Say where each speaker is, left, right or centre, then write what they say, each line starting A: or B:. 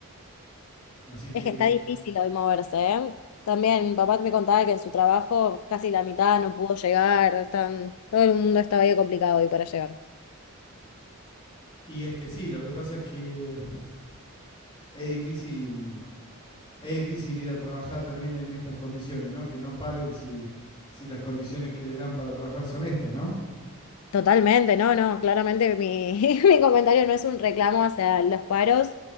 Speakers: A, on the left; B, on the left.
A: Así
B: <laughs>
A: que...
B: es que está difícil hoy moverse, ¿eh? También mi papá me contaba que en su trabajo casi la mitad no pudo llegar, están, todo el mundo estaba ahí complicado hoy para llegar.
A: Y es que sí, lo que pasa es que es difícil, es difícil ir a trabajar también en estas condiciones, ¿no? Que no paren si, si las condiciones que les dan para trabajar son estas, ¿no?
B: Totalmente, no, no, claramente mi, <laughs> mi comentario no es un reclamo hacia los paros,